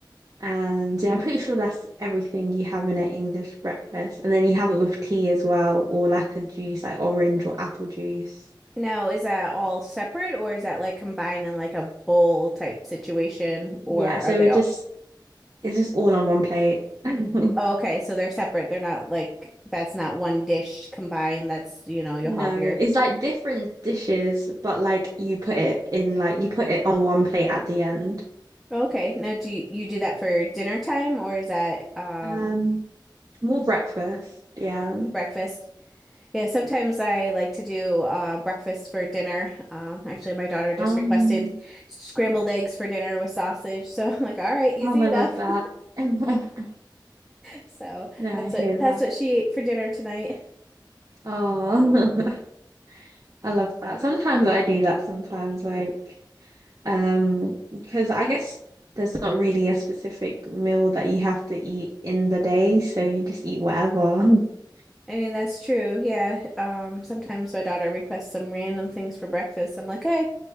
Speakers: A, on the right; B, in the centre.
A: and yeah, I'm pretty sure that's everything you have in an English breakfast. And then you have it with tea as well, or like a juice, like orange or apple juice.
B: Now, is that all separate or is that like combined in like a bowl type situation or
A: Yeah, so
B: are they
A: it
B: all
A: just it's just all on one plate. <laughs>
B: Oh, okay, so they're separate. They're not like that's not one dish combined. That's, you know, you'll
A: No,
B: have your
A: it's like different dishes, but like you put it in like you put it on one plate at the end.
B: Okay. Now, do you, you do that for dinner time or is that um
A: Um, more breakfast, yeah.
B: breakfast? Yeah, sometimes I like to do uh, breakfast for dinner. Um, actually, my daughter just
A: Um,
B: requested scrambled eggs for dinner with sausage. So <laughs> I'm like, all right, easy
A: oh, I
B: enough.
A: love that.
B: <laughs>
A: <laughs>
B: So
A: No, I
B: that's
A: hear
B: what
A: that.
B: that's what she ate for dinner tonight.
A: Oh, <laughs> I love that. Sometimes I do that sometimes, like, um, because I guess there's not really a specific meal that you have to eat in the day, so you just eat whatever. <laughs>
B: I mean, that's true. Yeah. Um, sometimes my daughter requests some random things for breakfast. I'm like, hey,